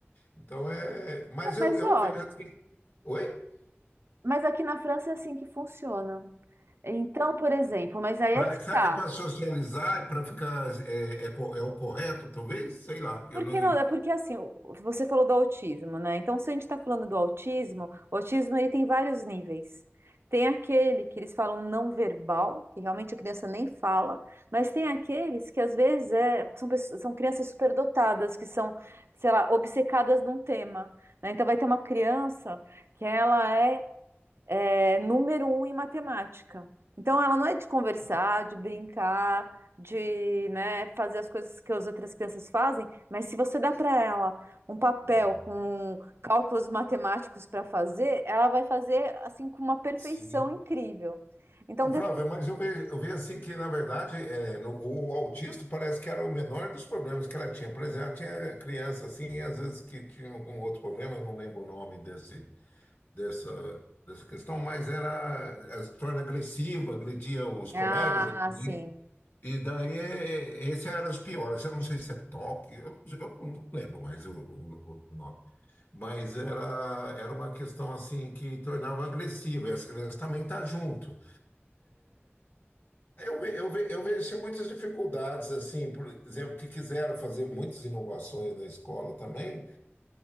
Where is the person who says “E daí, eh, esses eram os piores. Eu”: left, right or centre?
Left